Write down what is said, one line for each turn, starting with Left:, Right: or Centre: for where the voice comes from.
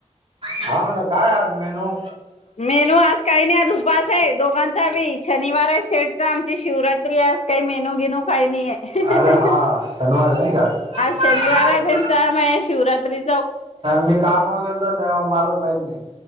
Right: हा म्हणला काय आज मेनू
Left: मेनू आज काही नाही आज उपवास आहे दोघांचा बी शनिवार आहे शेठचा आमची शिवरात्री आहे आज काही मेनू घेनू काही नाही आहे.
Right: अरे हा शनिवार नाही का
Left: आज शनिवार
Right: आज?
Left: आहे त्यांचा महेश शिवरात्री
Right: मी कामावर गेलतो त्या मलाच माहीत नाही.